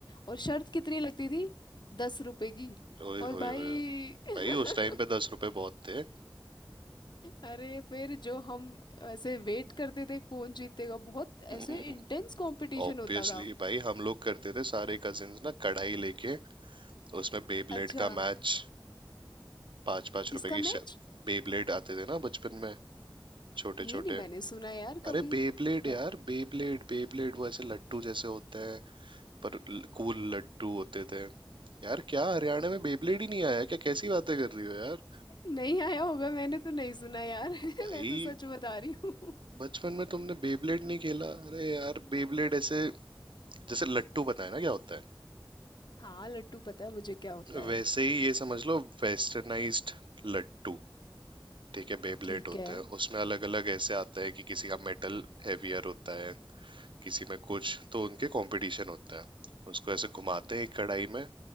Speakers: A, on the left (about 65°); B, on the right (about 80°).
A: और शर्त कितनी लगती थी दस रुपए की
B: ओए
A: और
B: होए
A: भाई
B: होए
A: <laughs>
B: भाई उस टाइम पे दस रुपए बहुत थे
A: अरे फिर जो हम ऐसे वेट करते थे कौन जीतेगा बहुत
B: <laughs>
A: ऐसे इंटेंस कंपटीशन
B: ऑब्वियसली
A: होता था
B: भाई हम लोग करते थे सारे कजिन्स ना कढ़ाई लेके उसमें बेब्लेड
A: अच्छा
B: का मैच पांच पांच
A: किसका
B: रुपए की
A: मैच
B: बेब्लेड आते थे ना बचपन में छोटे
A: ये
B: छोटे
A: नहीं मैंने सुना यार कभी
B: अरे बेब्लेड
A: बत,
B: यार बेब्लेड बेब्लेड वो ऐसे लट्टू जैसे होते हैं पर कूल लट्टू होते थे यार क्या हरियाणा में बेब्लेड ही नहीं आया क्या कैसी बातें कर रही हो यार
A: नहीं आया होगा मैंने तो नहीं सुना यार <laughs>
B: भाई
A: मैं तो सच बता रही हूँ
B: बचपन में तुमने बेब्लेड नहीं खेला अरे यार बेब्लेड ऐसे जैसे लट्टू पता है ना क्या होता है
A: हाँ लट्टू पता है मुझे क्या होता है
B: वैसे ही ये समझ लो वेस्टर्नाइज्ड लट्टू ठीक है बेब्लेड
A: ठीक
B: होते
A: है
B: हैं उसमें अलग अलग ऐसे आता है कि किसी का मेटल हैवियर होता है किसी में कुछ तो उनके कंपटीशन होता है उसको ऐसे घुमाते हैं एक कढ़ाई में